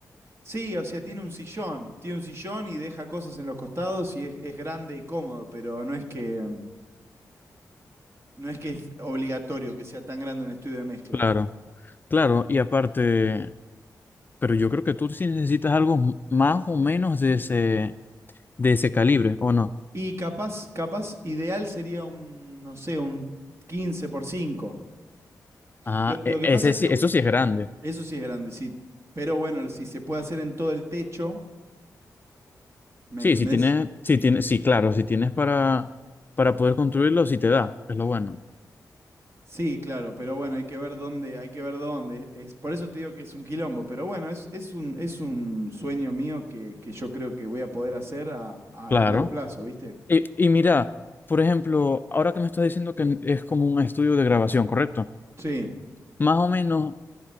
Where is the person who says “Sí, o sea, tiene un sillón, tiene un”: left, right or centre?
Right